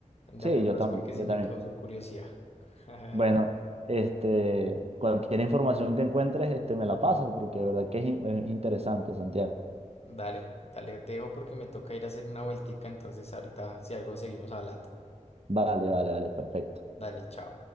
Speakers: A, on the left; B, on the right.
A: A indagar
B: sí, yo
A: más
B: también,
A: porque
B: yo
A: sí me
B: también.
A: causó curiosidad. <laughs>
B: Bueno, este, cualquier información que encuentres, este, me la pasas, porque de verdad que es in- es interesante, Santiago.
A: Dale, dale, te dejo porque me toca ir a hacer una vueltica, entonces ahorita si algo seguimos hablando.
B: Vale, vale, vale, perfecto.
A: Dale, chao.